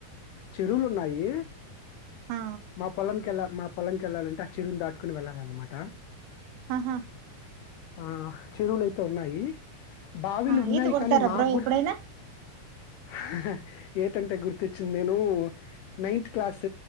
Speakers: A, on the left (about 85°); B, on the right (about 85°).
A: చెరువులు ఉన్నాయి
B: ఆ
A: మా పొలంకి వెళ్ళ మా పొలంకి వెళ్ళాలంటే ఆ చిరువుని దాటుకుని వెళ్ళాలన్నమాట
B: ఆహా
A: ఆ చెరువులుయితే ఉన్నాయి బావిలు
B: ఆ
A: ఉన్నాయి
B: ఈత కొడతారా
A: కానీ మాగ్
B: బ్రో
A: గూడా
B: ఎప్పుడైనా
A: హహహహ అ ఈత అంటే గుర్తిచ్చింది నేను నైన్త్ క్లాస్